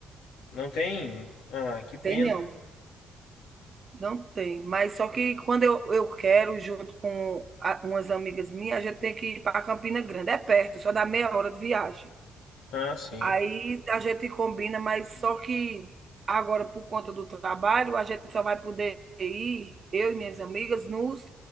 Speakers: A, on the left (about 90°); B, on the right (about 40°).
A: não tem. Ah, que pena.
B: Tem não. Não tem, mas só que quando eu, eu quero, junto com a- umas amigas minhas, a gente tem que ir para Campina Grande. É perto, só dá meia hora de viagem.
A: Ah, sim.
B: Aí a gente combina, mas só que agora, por conta do trabalho, a gente só vai poder ir, eu e minhas amigas, nos,